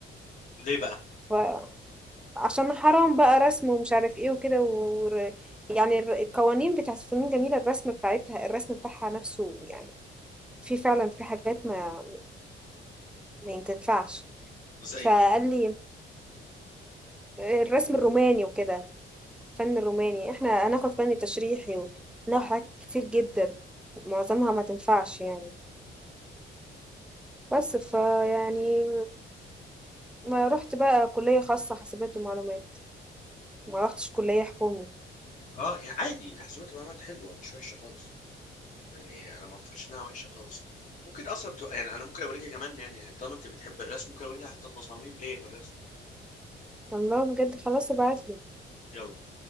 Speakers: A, on the left; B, in the centre.
A: ليه بقى
B: فعشان حرام بقى رسم ومش عارف ايه وكده و... يعني الر- القوانين بتاعت فنون جميلة الرسم بتاعتها الرسم بتاعها نفسه يعني في فعلا في حاجات ما ما ينفعش
A: ازاي
B: فقال لي الرسم الروماني وكده فن الروماني احنا هناخد فن تشريحي وناخد حاجات كتير جدا معظمها ما تنفعش يعني بس ف يعني ما رحت بقى كلية خاصة حاسبات ومعلومات ما رحتش كلية حكومي
A: اه يعني عادي حسابات ومعلومات حلوه مش وحشه خالص يعني انا ما اعتقدش انها وحشه خالص ممكن اصلا تبقى يعني انا ممكن اوريكي كمان يعني طالما انت بتحب الرسم ممكن اوريكي حتى تصاميم ليا في الرسم
B: الله بجد خلاص ابعتلي
A: يلا